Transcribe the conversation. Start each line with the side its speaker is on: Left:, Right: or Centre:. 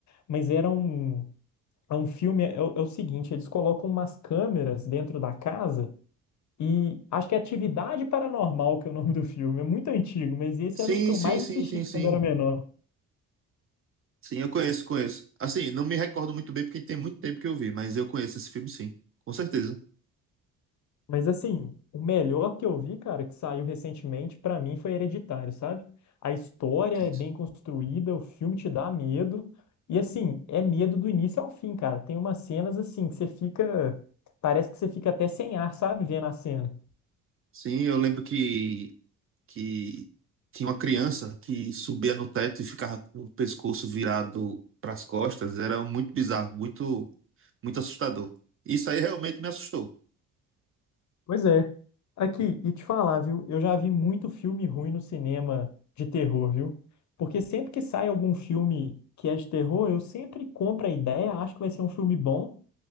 Left: Mas era um. É um filme, é, é o é o seguinte, eles colocam umas câmeras dentro da casa e acho que é Atividade Paranormal, que é o nome do filme, é muito antigo, mas esse
Right: sim,
Left: era os que eu
Right: sim,
Left: mais
Right: sim,
Left: assisti
Right: sim, sim.
Left: quando era menor.
Right: Sim, eu conheço, conheço. Assim, não me recordo muito bem porque tem muito tempo que eu vi, mas eu conheço esse filme, sim. Com certeza.
Left: Mas assim, o melhor que eu vi, cara, que saiu recentemente, pra mim foi Hereditário, sabe? A história
Right: Sim,
Left: é bem
Right: sim.
Left: construída, o filme te dá medo, e assim, é medo do início ao fim, cara. Tem umas cenas assim que você fica, parece que você fica até sem ar, sabe, vendo a cena.
Right: Sim, eu lembro que, que tinha uma criança que subia no teto e ficava com o pescoço virado para as costas. Era muito bizarro, muito, muito assustador. Isso aí realmente me assustou.
Left: Pois é. Aqui, e te falar, viu? Eu já vi muito filme ruim no cinema de terror, viu? Porque sempre que sai algum filme que é de terror, eu sempre compro a ideia, acho que vai ser um filme bom.